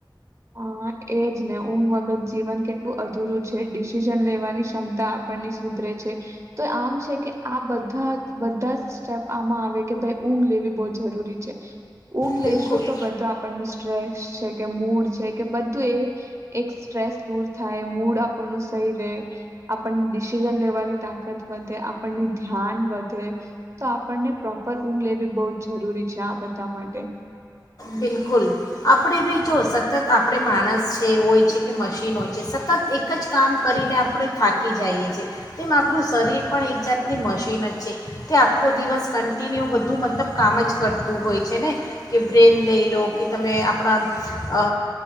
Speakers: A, on the right; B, on the left.
A: હ એજ ને ઊંઘ વખત જીવન કેટલું અધૂરું છે ડીશ ન લેવાની ક્ષમતા આપણની સુધરે છે, તો આમ છે કે આ બધા બધા જ સ્ટેપ આમાં આવે કે ભાઈ ઊંઘ લેવી બ જરૂરી છે, ઊંઘ
B: બિલકુલ
A: લેશો તો બધું આપણ સ્ટ્રેસ કે મૂળ છે કે બધા ત એ, એક સ્ટ્રેસ તો- થાય મૂડ આપણ નું સહી રહે. આપણને ડિસિઝન લેવાની તાકત વધે આપણની ધ્યાન વધે, તો આપણને પ્રોપર ઊંઘ લેવી બહુ જ જરૂરી છે આ બધા માટે.
B: બિલકુલ, આપણે બી જો સતત આપણે માણસ છે હોય છે કે મશીન હોય છે સતત એક જ કામ કરીને આપણે થાકી જઈએ છીએ, તેમ આપણું શરીર પણ એક જાતની મશીન જ છે, તે આખો દિવસ કન્ટિન્યુ બધું મતલબ કામ જ કરતું હોય છે ને. કે બ્રેન લઈ લો કે તમે આપણા